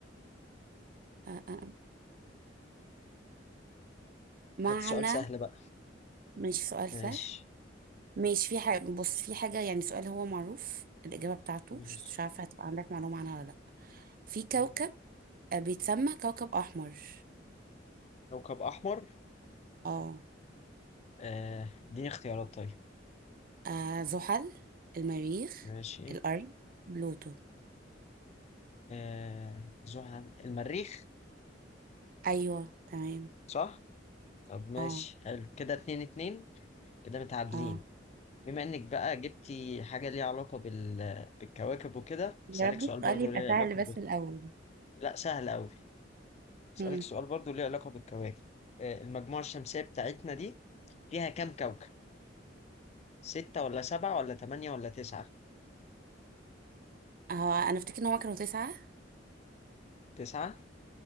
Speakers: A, on the right (about 50°); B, on the left (about 35°).
A: آه آه. معنى
B: هات سؤال سهل بقى
A: مش سؤال
B: ماشي
A: سهل مش في حاجة بص في حاجة يعني سؤال هو معروف الإجابة بتاعته
B: ماشي
A: مش مش عارفة هتبقى عندك معلومة عنها ولا لأ في كوكب
B: ماشي.
A: آه، بيتسمى كوكب أحمر
B: كوكب أحمر
A: اه
B: آه، اديني اختيارات طيب
A: آه، زحل المريخ
B: ماشي
A: الأرض بلوتو
B: آه... زحل المريخ
A: أيوه تمام
B: صح طب ماشي
A: اه
B: حلو كده اتنين اتنين كده متعادلين
A: اه
B: بما انك بقى جبتي حاجة ليها علاقة بال... بالكواكب وكده
A: يا
B: اسألك
A: رب
B: سؤال
A: السؤال
B: برضو
A: يبقى
B: ليه
A: سهل
B: علاقة
A: بس الأول
B: لا سهل أوي أسألك
A: مم.
B: سؤال برضو ليه علاقة بالكواكب آه، المجموعة الشمسية بتاعتنا دي فيها كام كوكب؟ ستة ولا سبعة ولا تمانية ولا تسعة؟
A: هو أنا أفتكر إن هما كانوا تسعة
B: تسعة؟